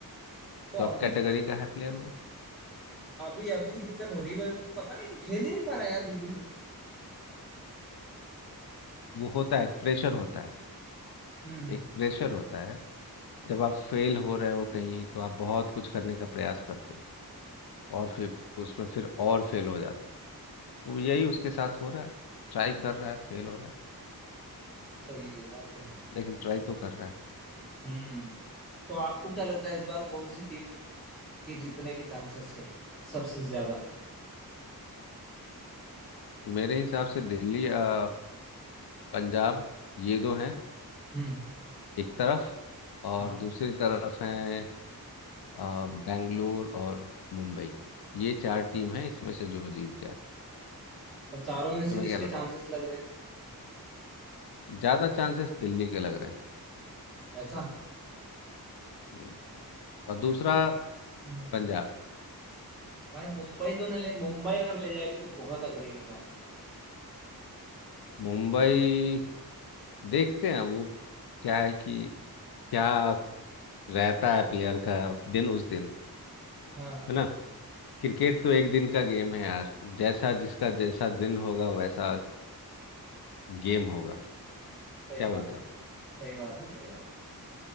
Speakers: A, in the centre; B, on the left.
A: तो
B: टॉप
A: अभी
B: कैटेगरी का है प्लेयर वो
A: अभी अभी दिक्कत हो रही है भाई उसको पता नहीं क्यों खेल ही नहीं पा रहा यार बिल्कुल भी
B: वो होता है एक प्रेशर होता है
A: हम्म हम्म
B: एक प्रेशर होता है जब आप फेल हो रहे हो कहीं तो आप बहुत कुछ करने का प्रयास करते हो और फिर उसमें फिर और फेल
A: हाँ,
B: हो जाते हो तो यही उसके साथ हो रहा है ट्राई कर रहा है फेल हो रहा है
A: सही है ये बात तो है
B: लेकिन ट्राई तो कर रहा है
A: हम्म तो आपको क्या लगता है इस बार कौन सी टीम के जीतने के चांसेस है सबसे ज्यादा
B: मेरे हिसाब से दिल्ली अ, पंजाब ये दो हैं
A: हम्म
B: एक तरफ और
A: हाँ
B: दूसरी तरफ है अ, बेंगलोर और मुंबई ये चार टीम है इसमें से जो जीत जाए
A: अब चारों में से
B: तुम्हें
A: किसके
B: क्या लगता
A: चांसेस लग रहे
B: है ज्यादा चांसेस दिल्ली के लग रहे हैं
A: हैं ऐसा
B: हम्म। और दूसरा
A: दिल- हाँ,
B: पंजाब
A: भाई मुंबई तो नहीं ले मुंबई अगर ले जाएगी तो बहुत अगरेगी भाई
B: मुंबई देखते हैं वो क्या है कि क्या रहता है प्लेयर का दिन उस दिन
A: हाँ हाँ
B: है ना क्रिकेट तो एक दिन का गेम है यार जैसा जिसका जैसा दिन होगा वैसा गेम होगा
A: सही
B: क्या बोलते
A: बात
B: हो
A: सही बात है सही बात